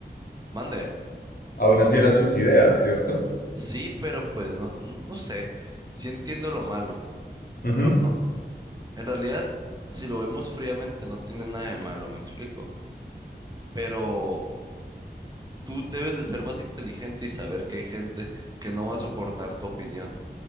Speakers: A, on the right; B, on the left.
A: Mande.
B: aún así eran sus ideas, ¿cierto?
A: Sí, pero pues no, no, no sé. Sí entiendo lo malo,
B: Ujú.
A: pero no, en realidad, si lo vemos fríamente, no tiene nada de malo, me explico. Pero tú debes de ser más inteligente y saber que hay gente que no va a soportar tu opinión.